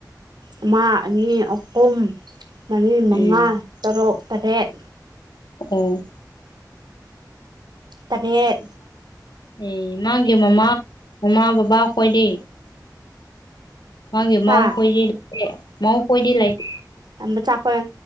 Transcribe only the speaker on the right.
ꯑꯃꯥ ꯑꯅꯤ ꯑꯍꯨꯝ ꯃꯔꯤ ꯃꯉꯥ
ꯇꯔꯨꯛ ꯇꯔꯦꯠ
ꯇꯔꯦꯠ
ꯍꯥ
ꯑ ꯆꯈꯣꯏ